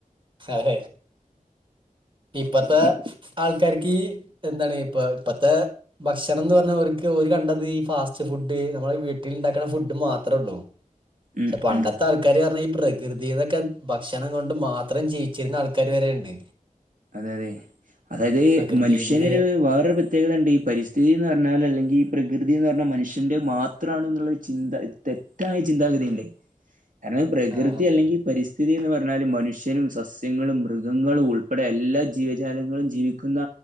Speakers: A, on the right; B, on the right.
A: അതെ ഇപ്പത്തെ
B: നി-
A: ആൾക്കാർക്ക് എന്താണ് ഇപ്പ ഇപ്പത്തെ ഭക്ഷണം എന്ന് പറഞ്ഞാ അവര്ക്ക് ഓര് കണ്ടത് ഈ ഫാസ്റ്റ് ഫുഡ് നമ്മള വീട്ടിൽ ഉണ്ടാക്കണ ഫുഡ് മാത്ര ഉള്ളൂ പക്ഷെ
B: ഉം
A: പണ്ടത്തെ
B: ഉം
A: ആൾക്കാര് പറഞ്ഞാ ഈ പ്രകൃതിന്നൊക്കെ ഭക്ഷണം കൊണ്ട് മാത് ത്രം ജീവിച്ചിരുന്ന ആൾക്കാര് വരെയുണ്ട്
B: അതെ അതെ അതായത്
A: പ്രകൃതിന്ന്
B: മനുഷ്യന് ഒരു വേറൊരു പ്ര ത്യേകതയുണ്ട് ഈ പരിസ്ഥിതിന്ന് പറഞ്ഞാൽ അല്ലെങ്കിൽ ഈ പ്രകൃതി എന്ന് പറഞ്ഞാൽ മനുഷ്യന്റെ മാത്രമാണെന്നുള്ളൊരു ചിന്ത തെറ്റായ ചിന്താഗതിയുണ്ട് കാരണം പ്രകൃതി
A: ആഹ്
B: അല്ലെങ്കി പരിസ്ഥിതിന്ന് പറഞ്ഞാല് മനുഷ്യനും സസ്യങ്ങളും മൃഗങ്ങളും ഉൾ പ്പെടെ എല്ലാ ജീവജാലങ്ങളും ജീവിക്കുന്ന